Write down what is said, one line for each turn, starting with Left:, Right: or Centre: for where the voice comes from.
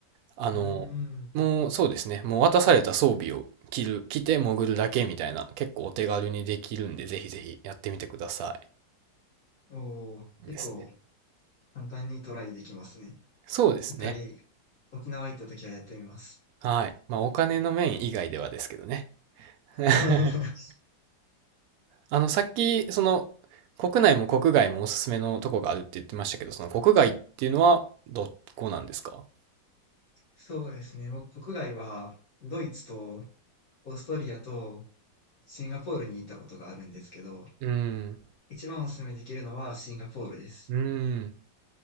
Right: あの、
Left: うーん。
Right: もうそうですね、もう渡された装備を着る、着て潜るだけみたいな、結構お手軽にできるんで、ぜひぜひやってみてくださ
Left: おー、結構
Right: い。ですね。
Left: 簡単にトライできますね。
Right: そうですね。
Left: 一回沖縄行った時はやってみます。
Right: はい。まあ、お金の面以外ではですけどね。
Left: <laughs>
Right: <laughs> あの、さっき、その、国内も国外もおすすめのとこがあるって言ってましたけど、その国外っていうのはどこなんですか
Left: そうですね。僕、国外はドイツとオーストリアとシンガポールに行ったことがあるんですけど、
Right: うーん、
Left: 一番お勧めできるのはシンガポールです。
Right: うーん、